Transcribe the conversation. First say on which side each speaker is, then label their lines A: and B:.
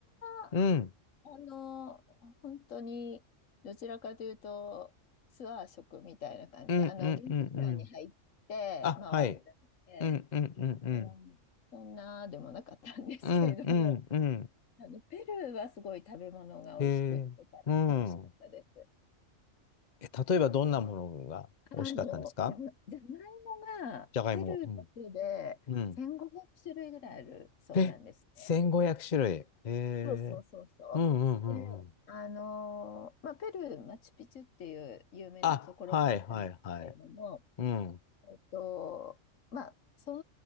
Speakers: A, on the left; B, on the left.
A: アは、
B: うん。
A: あの、本当に、どちらかというと、ツアー食みたいな感じあの、
B: うん、うん、
A: 現地ツアーに入って回ったので、
B: うん、うん。あ、はい。うん、うん、うん、
A: あの、
B: うん。
A: そんなでもなかったんですけれども、
B: うん、うん、うん。
A: あの、ペルーはすごい食べ物が美味しくって楽しかったです。
B: へえ。うん。え、例えばどんなものが美味しかったんですか
A: あの、じゃ、じゃがいもがペルーだけで1500種類ぐらいあるそうなんですね。
B: じゃがいも。うん。うん。え、1500種類。へえ。
A: そうそうそうそう。
B: うん、うん、
A: で、
B: うん、
A: あの、まあ、ペルー、マチュピチュっていう有名なところなんですけれども、
B: あ、はいはいはい。うん。
A: えっと、まあ、そ